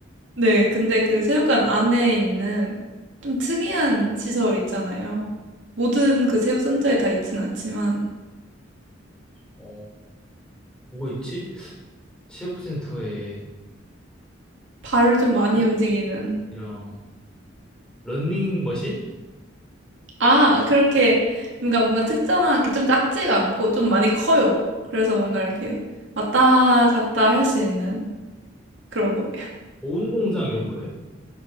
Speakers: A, on the right; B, in the centre.
A: 네, 근데 그 체육관 안에 있는 좀 특이한 시설 있잖아요. 모든 그 체육센터에 다 있진 않지만,
B: 어, 뭐가 있지? 체육센터에
A: 발을 좀 많이 그, 움직이는.
B: 헬스랑 러닝머신?
A: 아, 그렇게 뭔가 뭔가 특정하게 좀 작지가 않고 좀 많이 커요. 그래서 뭔가 이렇게 왔다 갔다 할 수 있는 그런 거예요.
B: 뭐 운동장 이런 거예요?